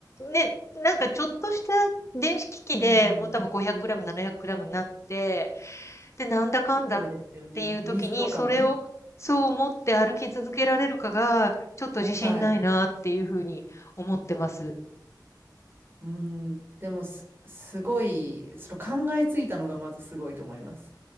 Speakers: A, on the left; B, on the right.
A: ね、なんかちょっとした電子機器で、
B: うん、
A: もう多分500グラム、700グラムになってで、なんだかんだっ
B: そうですよね。
A: ていう時に、
B: 水とかもね。
A: それをそう思って歩き続けられるかが、ちょっと自信ないなっていう風に思ってます。
B: はい。うん、でもす、すごい、その考えついたのがまずすごいと思います。